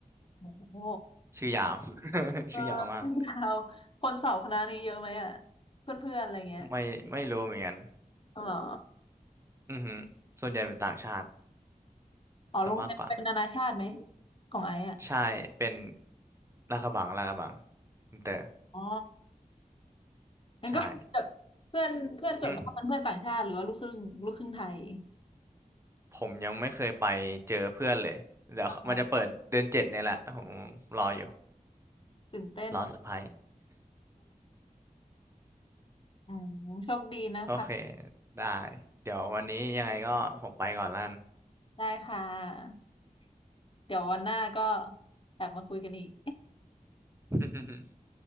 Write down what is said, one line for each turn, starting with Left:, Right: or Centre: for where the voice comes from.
Left: โอ้โห
Right: ชื่อยาว <laughs>
Left: เออ
Right: ชื่อยาวมาก
Left: เาวคนสอบคณะนี้เยอะไหมอ่ะเพื่อนๆอะไรเงี้ย
Right: ไม่ไม่รู้เหมือนกัน
Left: อ๋อเหรอ
Right: อือฮึส่วนใหญ่เป็นต่างชาติ
Left: อ๋อโรงเรียนเป็นนานาชาติไหม
Right: ซะมากกว่า
Left: ของไอ้อ่ะ
Right: ใช่เป็นลาดกระบังลาดกระบังอินเตอร์
Left: อ๋องั้นก็คุยกับเพื่อนเพื่อนส่วนมากเป็นเพื่อนต่างชาติหรือว่าลูกครึ่งลูกครึ่งไทย
Right: ใช่อืมผมยังไม่เคยไปเจอเพื่อนเลยเดี๋ยวมันจะเปิดเดือนเจ็ดเนี่ยแหละผม
Left: อ๋อ
Right: รออยู่
Left: ตื่นเต้น
Right: รอเซอร์ไพรส์
Left: อืมโชคดีนะคะ
Right: <laughs> โอเคได้เดี๋ยววันนี้ยังไงก็ผมไปก่อนละกัน
Left: ได้ค่ะเดี๋ยววันหน้าก็กลับมาคุยกันอีก
Right: <laughs>